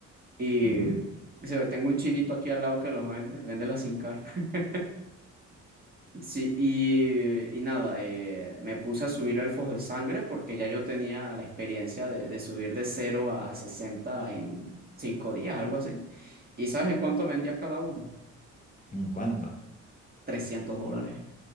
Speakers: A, on the right (about 30°); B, on the left (about 25°).
A: y,
B: Ujú.
A: y se ve, tengo un chinito aquí al lado que los vende, vende la SIM card. <laughs> Sí, y, y nada, eh, me puse a subir elfos de sangre porque ya yo tenía la experiencia de, de subir de cero a a 60 en 5 días, algo así. ¿Y sabes en cuánto vendía cada uno?
B: ¿En cuánto?
A: trescientos dólares.